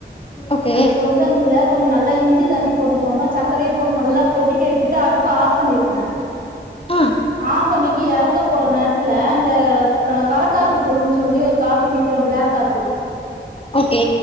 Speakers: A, on the left; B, on the right.
A: ஓகே
B: அந்த சொடு தண்ணில கொஞ்ச நல்லா இஞ்சி தட்டி போட்டுக்கோங்க சக்கரைய போட்டு நல்லா கொதிக்க விட்டுட்டு அடுப் அடுப்ப ஆஃப் பண்ணிடுங்க
A: ஆ
B: ஆஃப் பண்ணிட்டு எறக்க போற நேரத்துல அந்த அ வர காப்பி தூள்னு சொல்லி ஒரு காபி விக்கு பிளாக் காபி
A: ஓகே